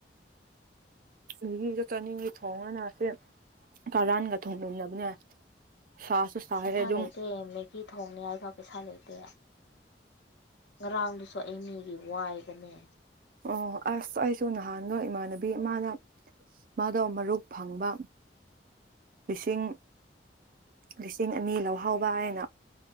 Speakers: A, on the right; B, on the left.
A: ꯑꯩꯒꯤꯗ ꯆꯥꯅꯤꯡꯒꯤ ꯊꯣꯡꯉꯅꯁꯦ ꯀꯔꯥꯟꯒ ꯊꯣꯡꯃꯤꯟꯅꯕꯅꯦ ꯁꯥꯁꯨ ꯁꯥꯏꯌꯦ
B: ꯏꯁꯥ
A: ꯑꯗꯨꯝ
B: ꯂꯩꯇꯦ ꯃꯦꯒꯤ ꯊꯣꯡꯅꯦ ꯍꯥꯏꯐ ꯄꯩꯁꯥ ꯂꯩꯇꯦ ꯉꯔꯥꯡꯗꯨꯁꯨ ꯑꯩ ꯃꯤꯒꯤ ꯋꯥꯏꯕꯅꯦ
A: ꯑꯣ ꯑꯁ ꯑꯩꯁꯨ ꯅꯍꯥꯟ ꯂꯣ ꯏꯃꯥꯟꯅꯕꯤ ꯏꯃꯅ ꯃꯥꯗꯣ ꯃꯔꯨꯛ ꯐꯪꯕ ꯂꯤꯁꯤꯡ ꯂꯤꯁꯤꯡ ꯑꯅꯤ ꯂꯧꯍꯥꯎꯕ ꯍꯥꯏꯅ